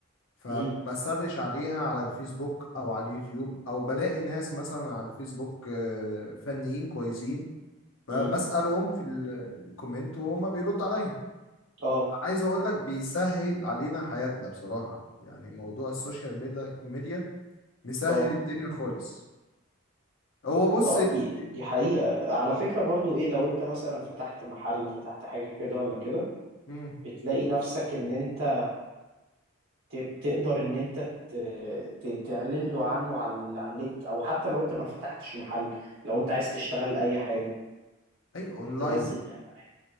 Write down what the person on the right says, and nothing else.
امم
امم
اه
اه
اه
دي
دي حقيقة على فكرة برضو ايه لو انت مثلا فتحت محل فتحت حاجة كده ولا كده
بتلاقي نفسك ان انت ت- تقدر ان انت ت- ت- تعلن له عنه على على النت او حتى لو انت ما فتحتش محل لو انت عايز تشتغل اي حاجة
تنزل اعلانات